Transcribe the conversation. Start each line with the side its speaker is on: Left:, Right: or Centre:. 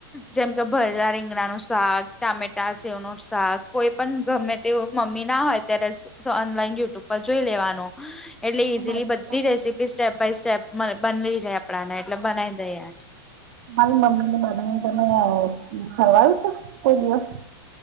Centre: જેમ કે ભરેલા રીંગણાનું શાક ટામેટા સેવનું શાક કોઈ પણ ગમે તે મમ્મી ના હોય ત્યારે ઓનલાઈન યુટ્યુબ પર જોઈ લેવાનું એટલે ઇઝીલી
Right: તમારી
Centre: બધી રેસીપી સ્ટેપ બાય સ્ટેપ બનલી જાય આપડાને એટલે બનાવી દઈએ
Right: તમારી મમ્મી ને બનાવીને તમે ખવડાવ્યું છે કોઈ દિવસ